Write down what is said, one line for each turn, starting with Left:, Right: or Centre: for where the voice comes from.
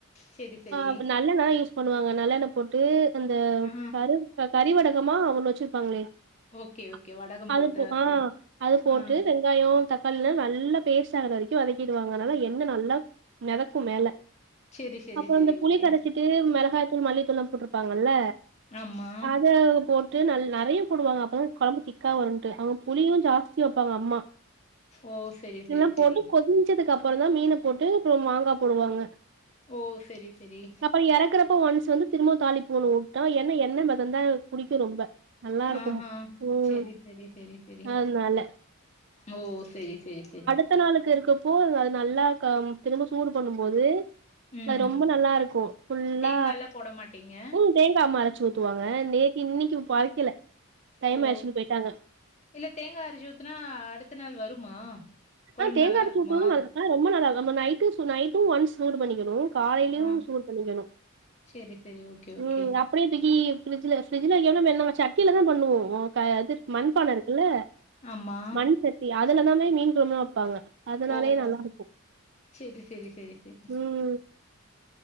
Left: செரி செரி
Right: ஆ நல்லெண்ண தா யூஸ் பண்ணுவாங்க நல்லெண்ண போட்டு அந்த
Left: ஆ
Right: கரு க கறிவடகமா ஒண்ணு வச்சிருப்பாங்களே
Left: ஓகே ஓகே
Right: அ
Left: வடகம் போட்டு
Right: அது போ ஆ
Left: செ
Right: அது போட்டு
Left: ஆ
Right: வெங் வெங்காயோ தக்காளிலா நல்லா பேஸ்ட் ஆகுற வரைக்கு வதக்கிடுவாங்க அதனால எண்ண நல்லா மெதக்கு மேல
Left: செரி செரி
Right: அப்றோ
Left: செரி
Right: இந்த புளி
Left: ஓகே
Right: கரைச்சிட் ட்டு மிளகாதூள் மல்லித்தூள்லா போட்ருப்பாங்கல்ல
Left: ஆமா
Right: அத போட் ட்டு நல் நெறைய போடுவாங்க அப்பதா கொழம்பு திக்கா வரும்ட்டு அவங்க புளியு ஜாஸ்தியா வப்பாங்க அம்மா
Left: ஓ செரி
Right: இதெல்லா
Left: செரி செரி
Right: போட்டு கொதிஞ்சத்துக்கு அப்றோ தா மீன போட்டு அப்றோ மாங்கா போடுவாங்க
Left: ஓ சேரி சேரி
Right: அப்றோ எறக்குறப்ப ஒன்ஸ் வந்து திரும்பவு தாளிப்பு ஒன்னு வுட்டா ஏன்னா எண்ண மெதந்தா எனக்கு பிடிக்கு ரொம்ப நல்லாருக்கும்
Left: ஹ ஹ
Right: ம்
Left: சேரி சேரி சேரி சேரி
Right: அதனால
Left: ஓ சேரி சேரி சேரி
Right: அட்த்த நாளுக்கு இருக்கப்போ அது நல்லா திரும்ப சூடு பண்ணும் போது
Left: ம்.
Right: அது ரொம்ப நல்லா இருக்கு ஃபுல்லா
Left: தேங்காலாம் போட மாட்டீங்க?
Right: ம் தேங்கா‌ அம்மா அரைச்சு ஊத் துவாங்க நேத்து இன்னைக்கு அரைக்கல டைம்
Left: ஓ!
Right: ஆச்சுன்னு போயிட்டாங்க
Left: இல்ல தேங்கா அரச்சி ஊத்துனா அடுத்த நாள் வருமா கொழம்பு
Right: ஆ தேங்கா
Left: நல்லா
Right: அரச்சி
Left: இருக்குமா?
Right: ஊத்துனாலு நல் ஆ ரொம்ப நல்லாருக்கு நம்ம நைட்டு நைட்டும் ஒன்ஸ் சூடு பண்ணிக்கணு காலையிலயு
Left: ஆ.
Right: சூடு பண்ணிக்கணு
Left: சரி, சரி. Okay,
Right: ம்
Left: okay.
Right: அப் அப்டியே தூக்கி ஃப்ரி்ஜ்ல ஃப்ரிஜ்ல வைக்காம நம்ம என்னா சட்டில தா பண்ணுவோ ஓ க அது மண்பான இருக்குல்ல
Left: ஆமா.
Right: மண் சட்டி அதுலதாமே மீன் குழம்பெல்லா வப்பாங்க அதனாலே
Left: ஓஹோ!
Right: நல்லா இருக்கும்
Left: சரி, சரி, சரி, சரி.
Right: ம்